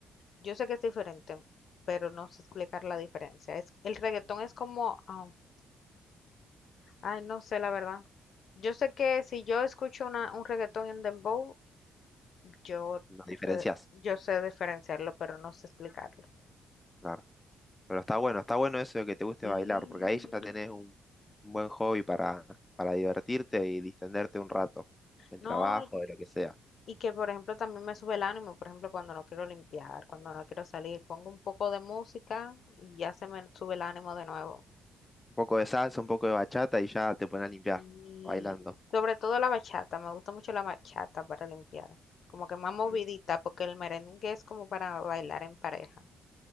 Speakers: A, on the left; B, on the left.
A: Yo sé que es diferente, pero no sé explicar la diferencia. Es, el reggaetón es como, ah, ay, no sé la verdad. Yo sé que si yo escucho una, un reggaetón y un dembow, yo,
B: Las
A: te
B: diferencias,
A: sé- yo sé diferenciarlo, pero no sé explicarlo.
B: claro. Pero está bueno, está bueno eso de que te guste
A: Sí.
B: bailar, porque ahí ya tenés un, un buen hobby para, para divertirte y distenderte un rato del
A: No,
B: trabajo,
A: y,
B: de lo que sea.
A: y que por ejemplo también me sube el ánimo, por ejemplo, cuando no quiero limpiar, cuando no quiero salir, pongo un poco de música y ya se me sube el ánimo de nuevo.
B: Un poco de salsa, un poco de bachata y ya te pones a limpiar,
A: Y
B: bailando.
A: sobre todo la bachata, me gusta mucho la bachata para limpiar. Como que más movidita,
B: Mm,
A: porque el merengue es como para bailar en pareja,